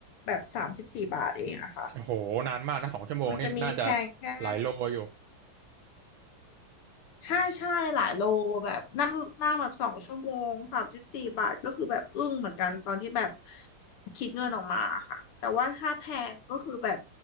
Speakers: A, on the left (about 75°); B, on the right (about 75°).
A: แบบสามสิบสี่บาทเองอะค่ะ
B: โอ้โหนานมากนะสองชั่วโมงนี่น่าจะ
A: มันจะมีแพงแค่
B: หลายโลอยู่
A: ใช่ใช่หลายโลแบบนั่งนั่งแบบสองชั่วโมงสามสิบสี่บาทก็คือแบบอึ้งเหมือนกันตอนที่แบบคิดเงินออกมาค่ะแต่ว่าถ้าแพงก็คือแบบ